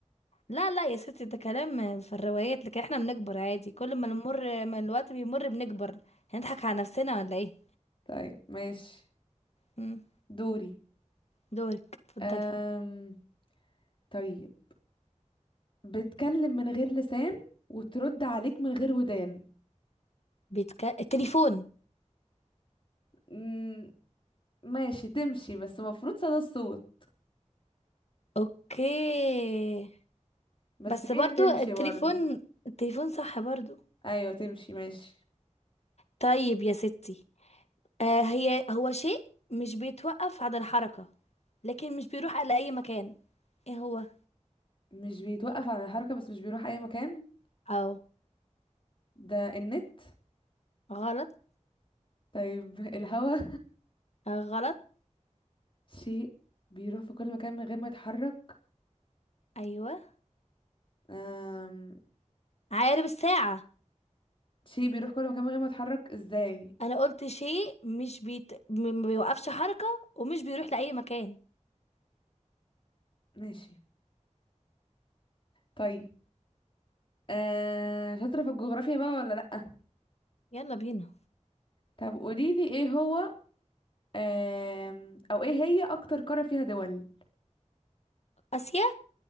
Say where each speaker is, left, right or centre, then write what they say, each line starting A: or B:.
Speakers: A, on the left (about 60°); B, on the left (about 45°).
A: لا لا يا ستي ده كلام في الروايات لكن احنا بنكبر عادي كل ما نمر ما الوقت بيمر بنكبر هنضحك على نفسنا ولا ايه
B: طيب ماشي
A: مم.
B: دوري
A: دورك اتفضلي
B: أم... طيب بتكلم من غير لسان وترد عليك من غير ودان
A: بيتك... التليفون
B: مم... ماشي تمشي بس المفروض صدى الصوت
A: اوكي
B: بس
A: بس برضو
B: هي تمشي
A: التليفون
B: برضو
A: التليفون صح برضو
B: ايوه تمشي ماشي
A: طيب يا ستي آه هي هو شيء مش بيتوقف عند الحركة لكن مش بيروح على أي مكان ايه هو
B: مش بيتوقف عن الحركة بس مش بيروح اي مكان
A: او
B: ده النت
A: غلط
B: طيب <laughs> الهوا
A: آه غلط
B: شيء بيروح في كل مكان من غير ما يتحرك
A: ايوه
B: أم...
A: عقارب الساعة
B: شيء بيروح كل مكان من غير ما يتحرك ازاي
A: انا قلت شيء مش بيت... م- ما بيوقفش حركة ومش بيروح لأي مكان
B: ماشي طيب آه شاطرة في الجغرافيا بقى ولا لأ
A: يلا بينا
B: طب قوليلي ايه هو آه او ايه هي اكتر قارة فيها دول
A: آسيا